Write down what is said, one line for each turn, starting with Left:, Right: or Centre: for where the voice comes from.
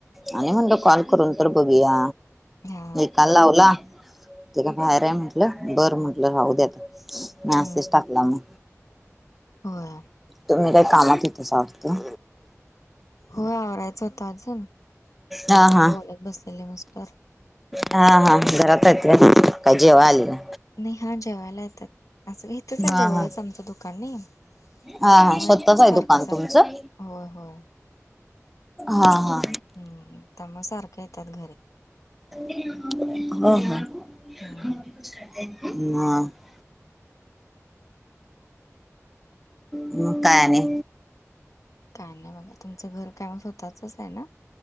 Centre: आणि म्हणलं कॉल करून तर बघूया.
Left: हा
Centre: काल लावला तै का बाहेराय म्हटलं बरं म्हंटलं राहू द्या आता. मेसेज
Left: हम्म, हम्म.
Centre: टाकला म.
Left: होय
Centre: तुम्ही काय कामात होतेसा वाटतं.
Left: होय आवरायचं होतं अजून म
Centre: हा
Left: जरा
Centre: हा
Left: बोलत बसलेले मिस्टर.
Centre: हा हा घरातायत का काय जेवाय आलेलं.
Left: नई हा जेवायला येतात असं का इथंचाय
Centre: हा
Left: जवळच
Centre: हा
Left: आमचं दुकान नई.
Centre: हा
Left: त्यामुळे
Centre: हा स्वतःच
Left: येतात
Centre: आहे
Left: सारखं
Centre: दुकान
Left: सारखं,
Centre: तुमचं
Left: होय होय.
Centre: हा हा
Left: हम्म त्यामुळं सारखं येतात घरी.
Centre: ह
Left: हम्म,
Centre: ह मग काय आणि?
Left: काय नाय बघा तुमचं घर काय म स्वतःचचाय न.